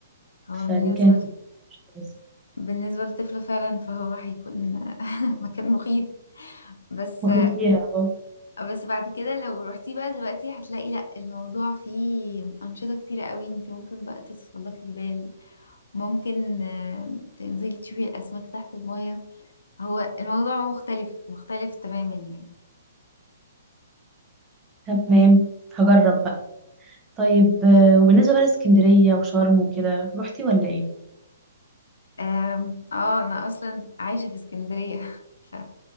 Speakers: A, on the left; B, on the right.
A: هو
B: فدي
A: بالنسبة
B: كانت
A: ل-
B: مش كويسة
A: بالنسبة لطفله فعلا فهو هيكون <laughs> مكان مخيف بس
B: مخيف ليها اه
A: بس بعد كده لو رحتي بقى دلوقتي هتلاقي لا الموضوع فيه أنشطة كتيرة قوي انت ممكن بقى تتسلقي جبال ممكن آم، تنزلي تشوفي الأسماك تحت المية هو الموضوع مختلف مختلف تماما يعني
B: تمام هجرب بقى طيب آه، وبالنسبة بقى لاسكندرية وشرم وكده روحتي ولا إيه؟
A: آم، اه انا اصلا عايشة في اسكندرية <laughs> ف